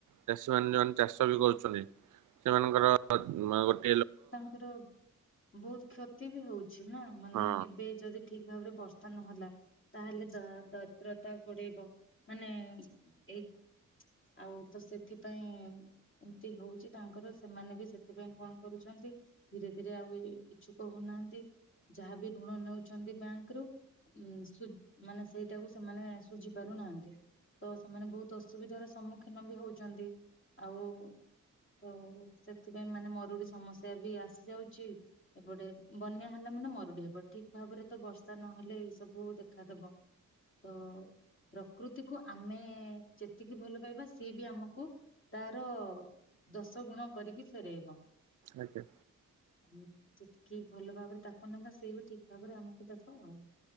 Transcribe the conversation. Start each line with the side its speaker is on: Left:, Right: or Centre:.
Right: ଚାଷୀ ମାନେ ଯୋଉମାନେ ଚାଷ ବି କରୁଛନ୍ତି ସେମାନଙ୍କର ଗ
Left: ତାଙ୍କର ବହୁତ କ୍ଷତି ବି ହଉଛି ନା ମାନେ
Right: ହଁ
Left: ଏବେ ଯଦି ଠିକ୍ ଭାବରେ ବର୍ଷା ନହେଲା ତାହେଲେ ଦ ଦରିଦ୍ରତା ଗୋଡେଇବ ମାନେ ଏଇ ଆଉ ତ ସେଥିପାଇଁ ଏମିତି ହଉଛି ତାଙ୍କର ସେମାନେ ବି ସେଥିପାଇଁ କଣ କରୁଛନ୍ତି ଧୀରେ ଧୀରେ ଆଉ ଇଛୁକ ହୋଉନାହାନ୍ତି। ଯାହାବି ଋଣ ନେଉଛନ୍ତି ବ୍ୟାଙ୍କରୁ ଉଁ ମାନେ ସେଇଟାକୁ ସେମାନେ ସୁଝି ପାରୁନାହାନ୍ତି ତ ସେମାନେ ବହୁତ ଅସୁବିଧାର ସମ୍ମୁଖୀନ ବି ହଉଛନ୍ତି ଆଉ ତ ସେଥିପାଇଁ ମାନେ ମରୁଡି ସ ସମସ୍ୟା ବି ଆସି ଯାଉଛି ଏପଟେ ବନ୍ୟା ହେଲା ମାନେ ମରୁଡି ହେବ ଠିକ ଭାବରେ ତ ବର୍ଷା ନହ ନହେଲେ ଏଇ ସବୁ ଦେଖାଦବ ତ ପ୍ରକୃତିକୁ ଆମେ ଯେତିକି ଭଲ ପାଇବା ସିଏ ବି ଆମକୁ ତାର ଦଶ ଗୁଣ କରିକି ଫେରେଇବ
Right: ଆଜ୍ଞା
Left: ଉ ଯେତିକି ଭଲ ଭାବରେ ତାକୁ ନବା ସେଇ ବି ଠିକ ଭାବରେ ଆମକୁ ଦବ ଆଉ